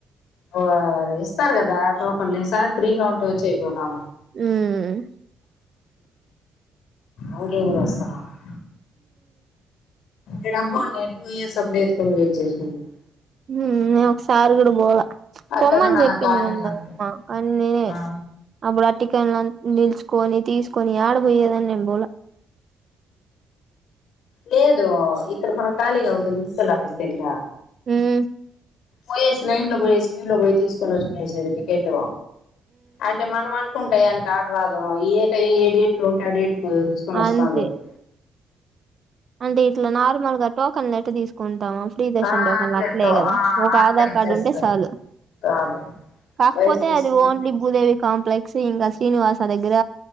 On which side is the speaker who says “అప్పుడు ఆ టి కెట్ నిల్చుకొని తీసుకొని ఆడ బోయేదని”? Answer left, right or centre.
Right